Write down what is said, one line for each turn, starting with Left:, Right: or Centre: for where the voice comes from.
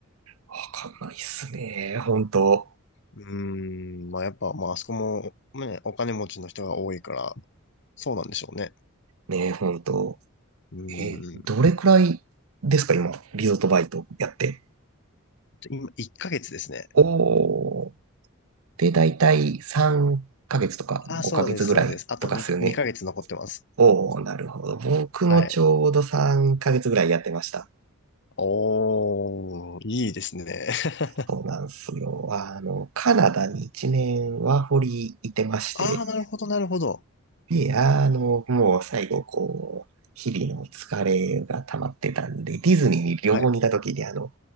Right: わかんないっすね。本当。
Left: うーん、まあ、やっぱ、まあ、あそこも、まあね、お金持ちの人が多いから、そうなんでしょうね。
Right: ね、本当。
Left: う
Right: えどれくらいですか、
Left: ーん、
Right: 今、リゾートバイトやって。
Left: 今、1ヶ月ですね。
Right: おー。で、だいたい3ヶ月とか5ヶ月ぐらいとかっすよね。
Left: あ、そうです、そうです。あと2、2ヶ月残ってます。
Right: おー、なるほど。僕もちょうど3ヶ月ぐらいやってました。
Left: はい。おー、いいですね。<laughs>
Right: そうなんすよ。あの、カナダに1年ワーホリいてまして、
Left: ああ、なるほど、なるほど。
Right: で、あの、もう最後、こう、日々の疲れが溜まってたんで、ディズニーに旅行に行った時に、
Left: はい。
Right: あの、